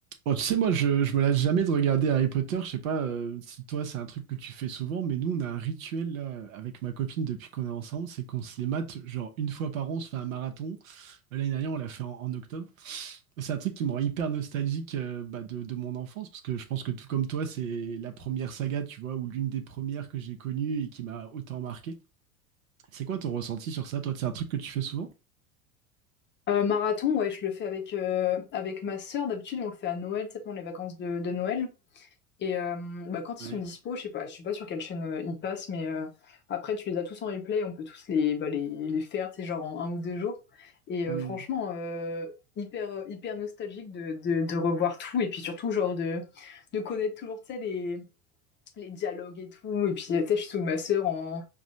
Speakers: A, on the right (about 65°); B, on the left (about 25°).
A: Bon, tu sais, moi, je, je me lasse jamais de regarder Harry Potter. Je sais pas euh, si toi, c'est un truc que tu fais souvent, mais nous, on a un rituel là, avec ma copine depuis qu'on est ensemble, c'est qu'on se les mate, genre une fois par an, on se fait un marathon. L'année dernière, on l'a fait en, en octobre. Et C'est un truc qui me rend hyper nostalgique euh, bah, de, de mon enfance, parce que je pense que tout comme toi, c'est la première saga, tu vois, ou l'une des premières que j'ai connues et qui m'a autant marqué. C'est quoi ton ressenti sur ça, toi? C'est un truc que tu fais souvent?
B: Euh, marathon, ouais, je le fais avec, euh, avec ma sœur. D'habitude, on le fait à Noël, tu sais, pendant les vacances de, de Noël. Et euh, bah, quand
A: Ouais.
B: ils sont dispo, je sais pas, je sais pas sur quelle chaîne euh, ils passent, mais euh, après, tu les as tous en replay, on peut tous les, bah, les, les faire, tu sais, genre en un ou deux jours. Et
A: <laughs>
B: euh, franchement, euh, hyper, euh, hyper nostalgique de, de, de revoir tout, et puis surtout, genre, de, de connaître toujours, tu sais, les, les dialogues et tout. Et puis, tu sais, je saoule ma sœur en,